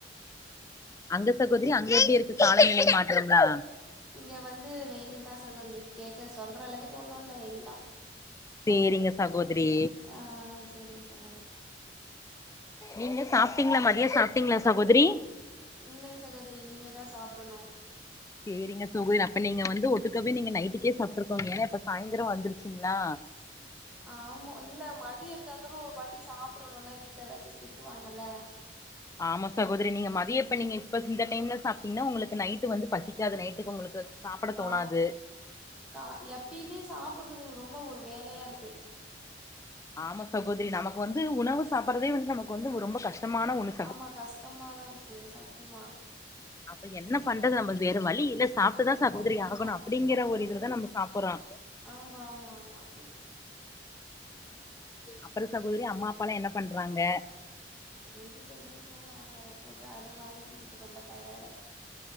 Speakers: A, on the left; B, in the centre.
A: அங்க சகோதரி அங்க எப்டி இருக்கு காலநிலை மாற்றம்லா
B: இங்க வந்து வெயில்தா சகோதரி கேக்க சொல்றளவுக்கு ஒண்ணு இல்ல வெயில்தா
A: சேரிங்க சகோதரி,
B: ஆ சேரிங்க சகோதரி
A: நீங்க சாப்ட்டீங்ளா மதிய சாப்ட்டீங்ளா சகோதரி
B: இல்லைங் சகோதரி இனிமேதா சாப்டணு
A: சேரிங்க சகோதரி அப்ப நீங்க வந்து ஒட்டுக்கவே நீங்க நைட்டுக்கே சாப்ட்டுக்கோங்க ஏனா இப்ப சாயந்தரோ வந்துருச்சுங்ளா
B: ஆமா இல்ல மதியோ எப்டியாருந்தாலு ஒரு வாட்டி சாப்ட்ருனு இல்ல வீட்ல ஏதாச்சு திட்டுவாங்கல்ல
A: ஆமா சகோதரி நீங்க மதிய இப்ப நீங்க இப்ப இந்த டைம்ல சாப்ட்டீங்னா உங்களுக்கு நைட்டு வந்து பசிக்காது நைட்டுக்கு உங்களுக்கு சாப்பட தோணாது.
B: ஆ கா எப்பயுமே சாப்புட்றது ரொம்ப ஒரு வேலயா இருக்கு
A: ஆமா சகோதரி நமக்கு வந்து உணவு சாப்பட்றதே வந்து நமக்கு வந்து ரொம்ப கஷ்டமான ஒன்னு
B: ஆமா கஷ்டமாதா இருக்கு சத்தியமா
A: அப்ப என்ன பண்றது நம்ம வேற வழி இல்ல சாப்ட்டுதா சகோதரி
B: வண்டியில
A: ஆகனு
B: சாப்ட்டுதா
A: அப்டிங்கற
B: ஆமா
A: ஒரு இதுலதா நம்ம சாப்புட்றோ
B: ஆமா ஆமா ஆமா
A: அப்றோ சகோதரி அம்மா அப்பாலா என்ன பண்றாங்க?
B: ரெண்டு பேருமே தூங்கறாங்க ஒரு வேல வேல செஞ்சது ரொம்ப டயர்டா